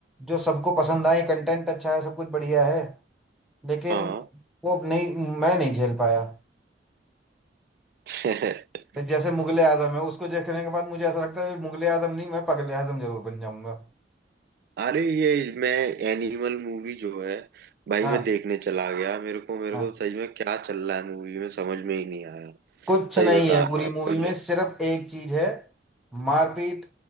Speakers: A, in the centre; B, on the right.
A: जो सबको पसंद आई कंटेंट अच्छा है सब कुछ बढ़िया है लेकिन
B: हाँ
A: वो अब नहीं मैं नहीं झेल पाया
B: <laughs>
A: तो जैसे मुगले आजम है उसको देखने के बाद मुझे ऐसा लगता है मुगले आजम नहीं मैं पगले आजम जरूर बन जाऊंगा
B: अरे ये मैं एनिमल मूवी जो है भाई
A: हाँ
B: मैं देखने चला गया मेरे को मेरे
A: हाँ
B: को सच में क्या चल रहा है मूवी में समझ में ही नहीं आया
A: कुछ
B: सही
A: नहीं
B: बता
A: है
B: रहा
A: पूरी मूवी
B: हूँ
A: में सिर्फ एक चीज है मारपीट